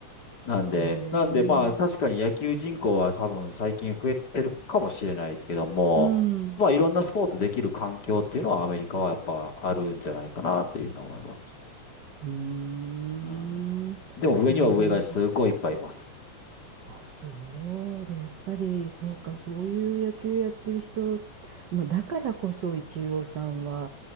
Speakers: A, on the left; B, on the right.
A: い。なんで、
B: へえ、
A: なんでまあ確かに野球人口は多分最近増えてるかもしれないですけども、
B: うん。
A: まあいろんなスポーツできる環境っていうのはアメリカはやっぱあるんじゃないかなっていうのを思います。
B: うーん。
A: うん
B: い
A: でも上には上がすごいいっぱいいます。
B: やー、でも、そあ、そうで、やっぱり、そうか、そういう野球やってる人、まあ、だからこそ、イチローさんは、